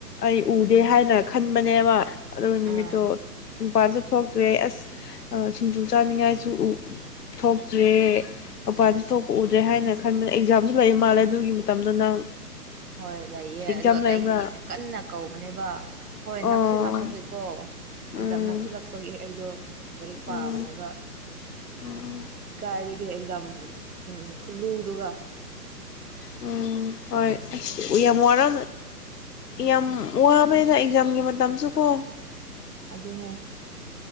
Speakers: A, on the left (about 70°); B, on the right (about 65°).
A: ꯑꯩ ꯎꯗꯦ
B: ꯑꯥ
A: ꯍꯥꯏꯅ ꯈꯟꯕꯅꯦꯕ ꯑꯗꯨ ꯅꯨꯃꯤꯠꯇꯣ
B: ꯑꯥ
A: <unintelligible> ꯊꯣꯛꯇ꯭ꯔꯦ ꯑꯁ ꯁꯤꯡꯖꯨ ꯆꯥꯅꯤꯡꯉꯥꯏꯁꯨ ꯊꯣꯛꯇ꯭ꯔꯦ ꯃꯄꯥꯟꯗ ꯊꯣꯛꯄ ꯍꯥꯏꯅ ꯈꯟꯕ ꯑꯦꯛꯖꯝ ꯁꯨ ꯂꯩ ꯃꯥꯜꯂꯦ
B: ꯎꯝ
A: ꯑꯗꯨꯒꯤ ꯃꯇꯝꯗꯣ ꯅꯪ
B: ꯍꯣꯏ ꯂꯩꯌꯦ
A: ꯑꯦꯛꯖꯥꯝ
B: ꯑꯗꯣ ꯑꯇꯩꯗꯤ
A: ꯂꯩꯕ꯭ꯔꯥ
B: ꯌꯥꯝ ꯀꯟꯅ ꯀꯧꯕꯅꯦꯕ ꯍꯣꯏ
A: ꯑꯣ
B: ꯅꯛꯁꯤꯜꯂꯛꯄꯒꯤꯀꯣ
A: ꯎꯝ
B: ꯑꯦꯛꯖꯥꯝ ꯅꯛꯁꯤꯜꯂꯛꯄꯒꯤ ꯑꯩꯗꯣ ꯑ
A: ꯎꯝ
B: ꯄꯥꯕꯅꯦꯕ
A: ꯎꯝ
B: ꯀꯥꯏꯗꯒꯤ ꯑꯦꯛꯖꯥꯝ ꯎꯝ ꯈꯨꯂꯨꯗꯨꯒ
A: ꯎꯝ ꯍꯣꯏ ꯑꯁ ꯌꯥꯝ ꯋꯥꯔ ꯌꯥꯝ ꯋꯥꯕꯅꯤꯗ ꯑꯦꯛꯖꯥꯝꯒꯤ ꯇꯝꯁꯨꯨꯀꯣ
B: ꯑꯗꯨꯅꯦ